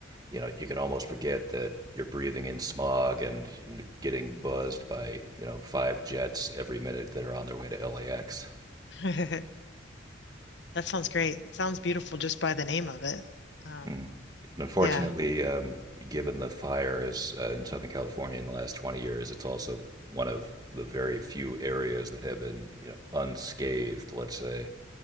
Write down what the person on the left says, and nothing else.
<laughs> That sounds great. It sounds beautiful just by the name of it. Um,
yeah,